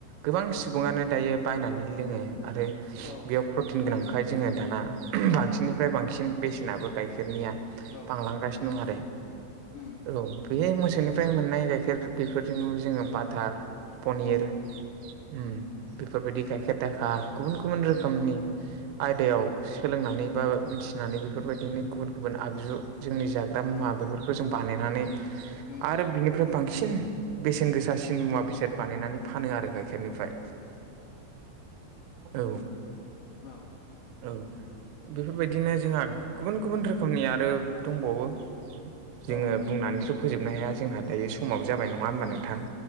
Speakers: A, on the right; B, on the left.
A: गोबां सुबुङानो दायो बायनानै लोङो आरो
B: औ
A: बेयाव प्रटिन गोनांखाय जोङो दाना बांसिननिफ्राय बांसिन बेसेनाबो गाइखेरनिया
B: औ
A: बांलांगासिनो दं आरो
B: उम
A: औ बेहाय मोसौनिफ्राय मोननाय गाइखेर बेफोरजों जोङो बाटार पनिर उम बेफोरबायदि गाइखेर दाखा गुबुन गुबुन रोखोमनि
B: उम
A: आयदायाव
B: उम
A: सोलोंनानै बा मिथिनानै बेफोरबायदिनो गुबुन गुबुन आगजु जोंनि जाग्रा
B: उम
A: मुवा बेफोरखौ जों बानायनानै
B: उम
A: आरो बिनिफ्राय बांसिन बेसेन गोसासिन मुवा बेसाद बानायनानै फानो आरो गाइखेरनिफ्राय औ
B: औ
A: औ बेफोरबायदिनो जोंहा गुबुन गुबुन रोखोमनि आरो दंबावो। जोङो
B: औ
A: बुंनानैथ' फोजोबनो हाया जोंहा दायो समाबो जाबाय नङा होमबा नोंथां?